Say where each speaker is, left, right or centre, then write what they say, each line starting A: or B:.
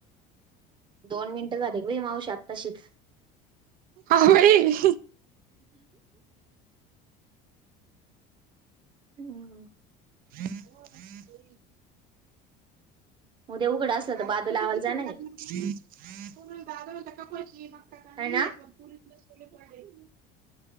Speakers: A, on the right (about 25°); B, on the right (about 50°).
A: दोन मिनिटं झाली गं बाई मावशी आत्ता शिक्
B: अगं बाई!
A: हम
B: <inaudible>
A: उद्या उघड
B: दादा
A: असलं तर बाद लावायला जा नाही आहे
B: दादा <unintelligible>
A: हाय ना
B: <unintelligible>